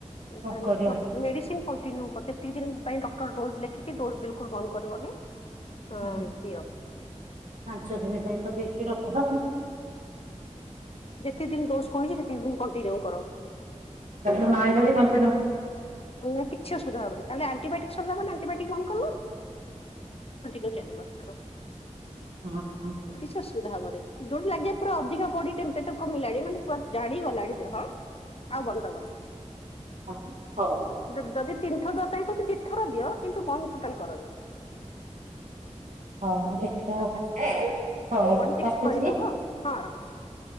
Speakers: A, on the right; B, on the left.
A: କଣ
B: ନାଇଁ
A: କରିବ
B: ନାଇଁ କଣ। ମେଡିସିନ କଣ୍ଟିନ୍ୟୁ କର। ଯେତିିକି ଦିନ ପାଇଁ ଡକ୍ଟର ଡୋଜ ଲେଖି ସେ ଡୋଜ ବିଲକୁଲ ବନ୍ଦ କରିବନି। ହଁ
A: ହୁଁ।
B: ଦିଅ
A: ପାଞ୍ଚ ଦିନ ପାଇଁ ତ ଦେଇଛି ଡକ୍ଟର।
B: ଯେତିକି ଦିନ ଡୋଜ କହିଛି, ସେତିିକି ଦିନ କଣ୍ଟିନ୍ୟୁ କର।
A: ନାଇଲେବି କଣ
B: ନାଇ। କିଛି ଅଶୁବିଧା ହବନି। କାଲି ଆଣ୍ଟି ବାୟେଟିକ୍ ସରିଲା ମାନେ ଆଣ୍ଟିବାୟୋଟିକ୍ <unintelligible> କଣ୍ଟୁଇନୁ ଲୋ ଚାଲିବ ସେଙ୍କର।
A: ହଁ ହଁ
B: କିଛି ଅସୁବିଧା ହବନି। ଯଉଠି ଲାଗିବା ପୁରା ଅଧିକ, ବଡି ଟେମ୍ପରେଚର କମିଲାଣି। ମାନେ ପୁରା ଜାଡି ଗଲାଣି, ଦେହ। ଆଉ ବନ୍ଦ ଦବନି।
A: ହ ହଉ।
B: ଯଦି ତିନିଥର ଦବା ପାଇଁ କହୁଛି। ଦିଥର ଦିଅ। କିନ୍ତୁ ବନ୍ଦ ଟୋଟାଲ କରନି।
A: ହଁ। ଦେଖିବା
B: ଆଚ୍ଛା
A: ହଉ
B: ବଡି ଚେକ୍
A: ରଖୁଛି।
B: କରିଦବ ଆଉ ହଁ ରଖ।